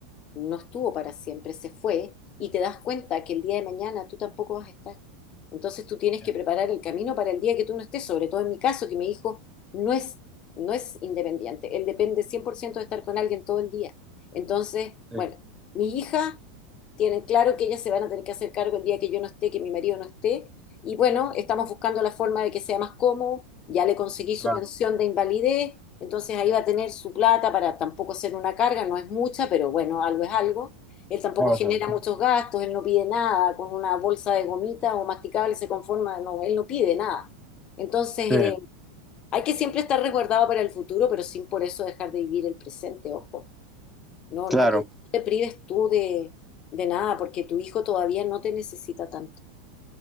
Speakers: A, on the left; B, in the centre.
A: no estuvo para siempre, se fue, y te das cuenta que el día de mañana tú tampoco vas a estar. Entonces tú tienes
B: Ya,
A: que preparar el camino para el día que tú no estés, sobre todo en mi caso, que mi hijo no es, no es independiente, él depende 100% de estar con alguien todo el día. Entonces,
B: sí,
A: bueno, mi hija tienen claro que ellas se van a tener que hacer cargo el día que yo no esté, que mi marido no esté y bueno, estamos buscando la forma de que sea más cómodo. Ya le conseguí su
B: claro.
A: pensión de invalidez, entonces ahí va a tener su plata para tampoco ser una carga, no es mucha, pero bueno, algo es algo. Él tampoco
B: Vamos
A: genera
B: a ver, sí.
A: muchos gastos, él no pide nada, con una bolsa de gomita o masticable se conforma, no, él no pide nada. Entonces, eh,
B: Sí,
A: hay que siempre estar resguardado para el futuro, pero sin por eso dejar de vivir el presente, ojo. No,
B: claro,
A: no te, no te prives tú de, de nada, porque tu hijo todavía no te necesita tanto.